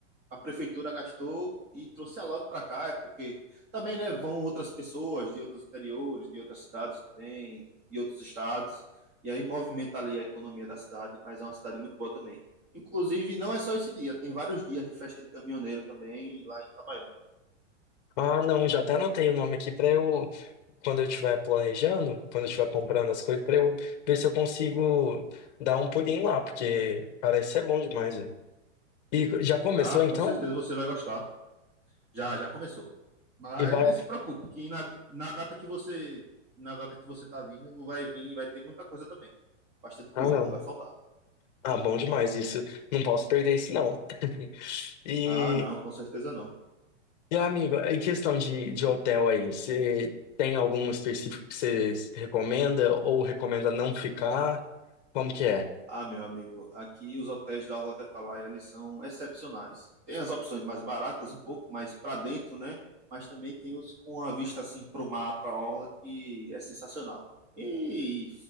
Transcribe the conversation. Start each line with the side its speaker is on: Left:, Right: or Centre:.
Right: a prefeitura gastou e trouxe a lote para cá, é porque também, né, vão outras pessoas de outros interiores, de outras cidades também, de outros estados, e aí movimenta ali a economia da cidade, mas é uma cidade muito boa também. Inclusive, não é só esse dia, tem vários dias de festa de caminhoneiro também lá em Itabaiana.
Left: Ah, não, já até anotei o nome aqui para eu. Quando eu estiver planejando, quando eu estiver comprando as coisas, para eu ver se eu consigo dar um pulinho lá, porque parece ser bom demais. né? E já começou
Right: Ah, com
Left: então?
Right: certeza você vai gostar. Já, já começou. Mas
Left: E vai.
Right: nem se preocupe, que na, na data que você na data que você tá vindo, vai vir, vai ter muita coisa também. Bastante coisa,
Left: Ah, não.
Right: não vai faltar.
Left: Ah, bom demais isso. Não posso perder isso, não. <laughs> E.
Right: Ah, não, com certeza não.
Left: E, amigo, em questão de, de hotel aí, você tem algum específico que você recomenda ou recomenda não ficar? Como que é?
Right: Ah, meu amigo, aqui os hotéis da Orla Tetalai, eles são excepcionais. Tem as opções mais baratas, um pouco mais para dentro, né? Mas também tem os com a vista assim para o mar, para a orla, que é sensacional. E